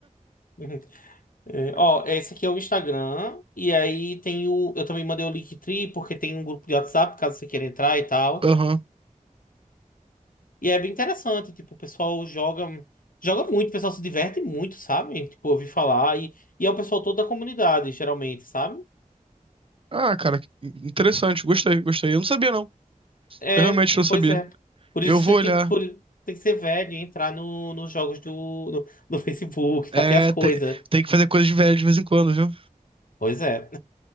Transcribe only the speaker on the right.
Aham.
Ah, cara, que interessante. Gostei, gostei. Eu não sabia, não.
Eu realmente não sabia.
Eu
vou
olhar.
É,
te- tem que fazer coisas de velho de vez em quando, viu?